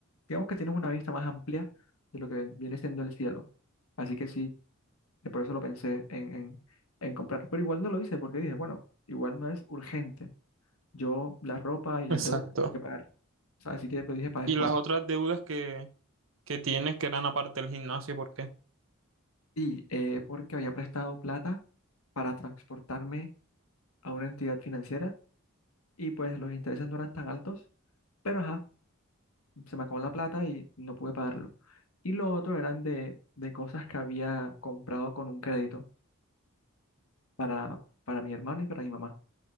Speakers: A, on the left; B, on the right.
A: digamos que tienes una vista más amplia de lo que ven- viene siendo el cielo. Así que sí, eh, por eso lo pensé en, en, en comprar, pero igual no lo hice porque dije, bueno, igual no es urgente. Yo la ropa y las
B: Exacto.
A: deudas que pagar. O sea, así que lo dije para después.
B: Y las otras deudas que, que tienes que eran aparte del gimnasio, ¿por qué?
A: Y eh, porque había prestado plata para transportarme a una entidad financiera y pues los intereses no eran tan altos, pero ajá, se me acabó la plata y no pude pagarlo. Y lo otro eran de, de cosas que había comprado con un crédito para, para mi hermano y para mi mamá.